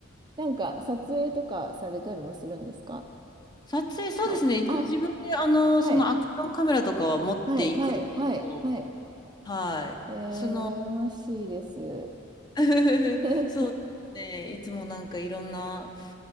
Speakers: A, on the right; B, on the left.
A: なんか撮影とかされたりもするんですか
B: 撮影、そうですね。
A: あ、
B: 一応自分で、
A: あ、
B: あの、
A: はい、
B: そのアクションカメラとかは持っていくんですけど、
A: はい、はい、はい、はい。
B: はい。
A: えー、
B: その、
A: 羨ましいです。
B: <laughs>
A: <laughs>
B: そうですね。いつもなんかいろんな